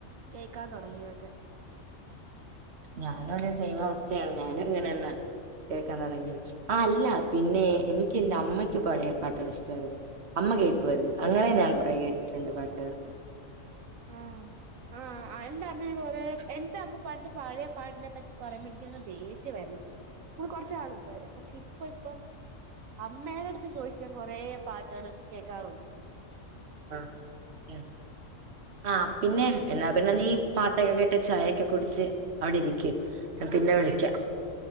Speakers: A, on the right; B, on the right.
A: കേക്കാൻ തുടങ്ങിയതൊക്കെ
B: ഞാനും അതെ സൈം അവസ്ഥയാണ് ഞാനും ഇങ്ങനെതന്ന കേൾക്കാൻ തുടങ്ങിയത് ആഹ് അല്ല പിന്നെ എനിക്ക് എന്റെ അമ്മയ്ക്ക് പഴയ പാട്ടുകൾ ഇഷ്ടായിരുന്നു അമ്മ കേൾക്കുമായിരുന്നു അങ്ങനെ ഞാൻ കുറെ കേട്ടിട്ടുണ്ട് പാട്ടുകൾ
A: ആഹ്
B: ഉ
A: ആഹ് എന്റെ അമ്മയും കൊറേ എന്റെ അമ്മ പണ്ട് പഴയ പാട്ടിനെ പറ്റി പറയുമ്പോ എനിക്കങ്ങ് ദേഷ്യം ആരുന്നു ഇ കൊറച്ച് നാള് മുമ്പ് വരെ പക്ഷെ ഇപ്പൊ ഇപ്പം അമ്മേടെ അടുത്ത് ചോദിച്ച് ഞാൻ കൊറേ പാട്ടുകൾ കേക്കാറുണ്ട്
B: ആഹ് ആഹ് പിന്നെ എന്നാ പിന്ന നീ പാട്ടൊക്കെ കേട്ട് ചായയൊക്കെ കുടിച്ച് അവിടിരിക്ക് ഞാൻ പിന്നെ വിളിക്കാം